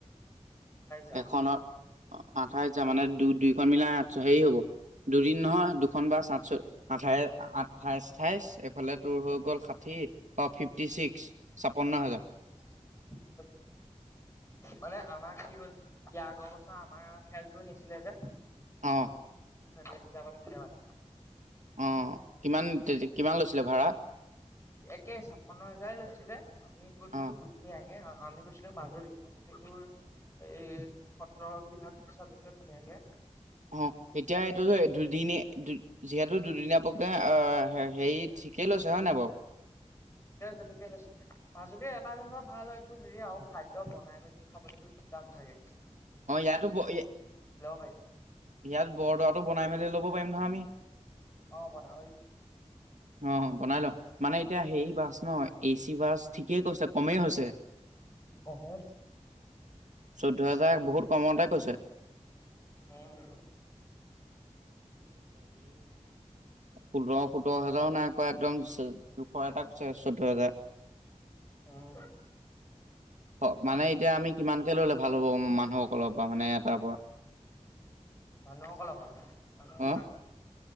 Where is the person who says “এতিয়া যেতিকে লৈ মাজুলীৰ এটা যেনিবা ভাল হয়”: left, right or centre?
Left